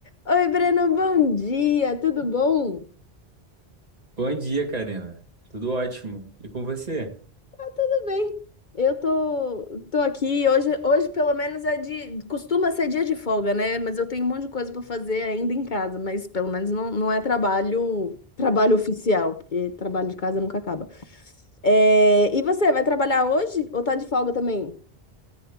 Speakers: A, on the left; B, on the right.
A: Oi, Breno, bom dia, tudo bom?
B: Bom dia, Karina. Tudo ótimo. E com você?
A: Tudo bem. Eu tô, tô aqui. Hoje, hoje, pelo menos, é de. Costuma ser dia de folga, né? Mas eu tenho um monte de coisa para fazer ainda em casa, mas pelo menos não, não é trabalho, trabalho oficial, porque trabalho de casa nunca acaba. É, E você, vai trabalhar hoje ou tá de folga também?